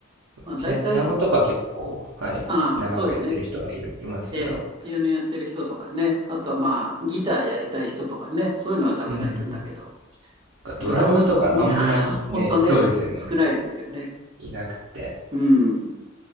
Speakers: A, on the right; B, on the right.
A: まあ大体、
B: ピアノとか結構、はい、
A: ああ、
B: 長くやってる人はいる、
A: そうですね。
B: いますけど、
A: ええ、ピアノやってる人とかね。あとはまあギターやりたい人とかね。そういうのはたくさんいるんだけど。
B: うん。なんかドラムとかあんまりね、
A: ドラム、うん <laughs> そうそう、本当ね、
B: そうですよね。
A: 少ないですよね。
B: いなくって。
A: うん。